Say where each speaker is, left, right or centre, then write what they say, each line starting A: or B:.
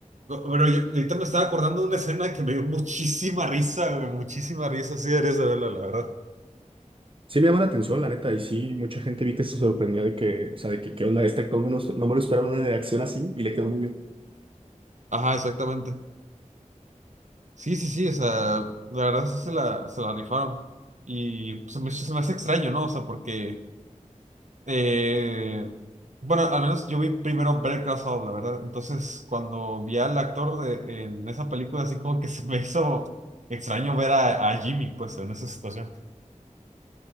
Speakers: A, on the right (about 65°); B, on the right (about 40°).
A: Pero yo ahorita me estaba acordando de una escena que me dio muchísima risa, güey. Muchísima risa. Sí, deberías de verla, la verdad.
B: Sí me llama la atención, la neta, y sí, mucha gente vi que se sorprendía de que, o sea, de que qué onda esta, cómo no, no me lo esperaron una reacción así y le quedó muy bien.
A: Ajá, exactamente. Sí, sí, sí, o sea, la verdad sí se la, se la rifaron. Y pues, se me, se me hace extraño, ¿no? O sea, porque, eh, bueno, al menos yo vi primero Better Call Saul, la verdad. Entonces, cuando vi al actor de, en esa película, así como que se me hizo extraño ver a, a Jimmy, pues, en esa situación.